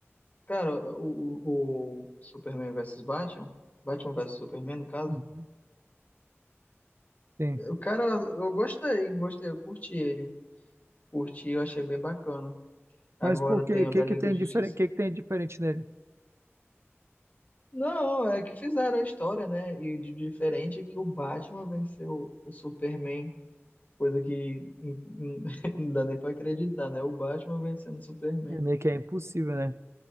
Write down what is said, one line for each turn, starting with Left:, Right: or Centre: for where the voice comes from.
Left: Cara, o, o, o Superman versus Batman, Batman versus Superman, no caso,
Right: Uhum. Sim.
Left: o cara, eu gostei, gostei, eu curti ele, curti, eu achei bem bacana. Agora
Right: Mas por
Left: tem
Right: quê? O
Left: o
Right: que
Left: da Liga
Right: que tem
Left: da Justiça.
Right: diferente, que que tem diferente nele?
Left: Não, é que fizeram a história, né? E de diferente é que o Batman venceu o Superman, coisa que hum, hum, <laughs> não dá nem pra acreditar, né? O Batman vencendo o Superman.
Right: É meio que é impossível, né?